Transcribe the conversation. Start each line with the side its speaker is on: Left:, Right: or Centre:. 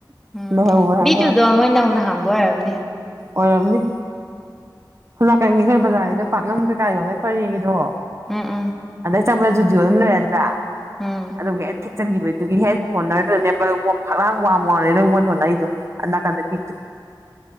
Centre: ꯎꯝ
Right: ꯂꯩꯍꯧꯕ꯭ꯔꯥ
Centre: ꯕꯤꯗꯨꯨꯗꯣ
Right: ꯍꯥꯏꯕ
Centre: ꯃꯣꯏ ꯅꯧꯅ ꯍꯥꯡꯕ ꯑꯣꯏꯔꯝꯅꯦ
Right: ꯑꯣꯏꯔꯝꯅꯤ ꯍꯂꯥꯛꯀꯅꯤ ꯑꯩꯈꯣꯏ ꯕꯖꯥꯔꯒꯤꯗ ꯄꯥꯛꯅꯝ ꯀꯩꯀꯥꯏꯒꯤꯅꯦ ꯄꯔꯦꯡꯒꯤꯗꯣ
Centre: ꯎꯝ ꯎꯝ
Right: ꯆꯝ ꯖꯨꯖꯨ ꯑꯗꯨꯝ ꯂꯩꯔꯗ꯭ꯔꯥ
Centre: ꯎꯝ
Right: ꯑꯗꯨ ꯆꯪꯈꯤꯕꯗꯨꯒꯤ ꯍꯦꯠ ꯀꯣꯔꯅꯔꯗꯨꯗꯅꯦ ꯐꯛꯂꯥꯡ ꯋꯥꯡ ꯋꯥꯡꯅꯦ ꯅꯪ ꯑꯣꯜꯂꯣꯅ ꯑꯩꯗꯣ ꯑ ꯀꯥꯟꯗ ꯐꯤꯠ